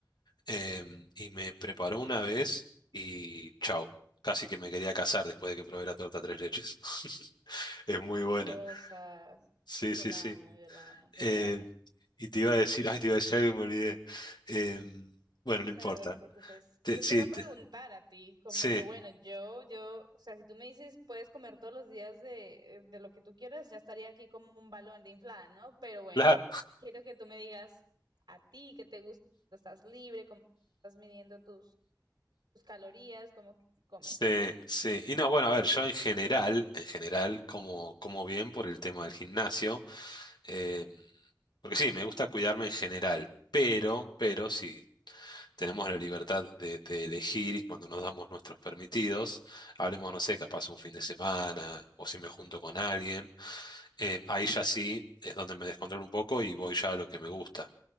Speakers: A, on the left; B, on the right.
A: em, y me preparó una vez y chau, casi que me quería casar después de que probé la torta tres leches. <laughs> Es muy buena.
B: Cosas,
A: Sí,
B: yo
A: sí,
B: la
A: sí.
B: amo, yo la amo, total.
A: Eh, y te iba a decir, ay, te iba a decir algo y me olvidé. Em, bueno, no importa.
B: No, no te preocupes.
A: Te-
B: Yo
A: sí,
B: te iba a
A: te-
B: preguntar a ti, como
A: sí,
B: que bueno, yo, yo, o sea, si tú me dices puedes comer todos los días de, de lo que tú quieras, ya estaría aquí como un balón de inflada, ¿no? Pero bueno,
A: claro.
B: quiero que tú me digas a ti qué te gusta, cuando estás libre, cómo estás midiendo tus, tus calorías, cómo que comes,
A: Sí,
B: así,
A: sí. Y no, bueno, a ver, yo en general, en general, como, como bien por el tema del gimnasio, eh, porque sí, me gusta cuidarme en general, pero, pero sí. tenemos la libertad de, de elegir y cuando nos damos nuestros permitidos, hablemos, no sé, capaz un fin de semana o si me junto con alguien, eh, ahí ya sí es donde me descontrolo un poco y voy ya a lo que me gusta.